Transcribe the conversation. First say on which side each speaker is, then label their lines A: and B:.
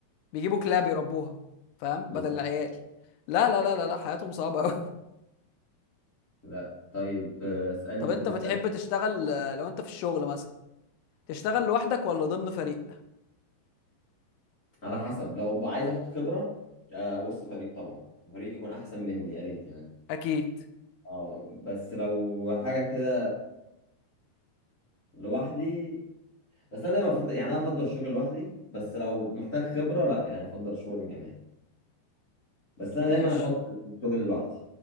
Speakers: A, on the left; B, on the left.
A: بيجيبوا كلاب يربوها فاهم
B: بالظبط
A: بدل العيال لا لا لا لا لا حياتهم صعبه قوي <laughs>
B: لا طيب آه، اسالني
A: طب انت
B: كده سؤال
A: بتحب تشتغل آه، لو انت في الشغل مثلا تشتغل لوحدك ولا ضمن فريق
B: على حسب لو عايز اخد خبره آه، وسط فريق طبعا فريق يكون احسن مني يا ريت يعني
A: اكيد
B: اه بس لو حاجة كده لوحدي بس انا دايما افضل يعني انا افضل الشغل لوحدي بس لو محتاج خبرة لا يعني افضل الشغل الجماعي بس انا
A: ماشي
B: دايما افضل الشغل لوحدي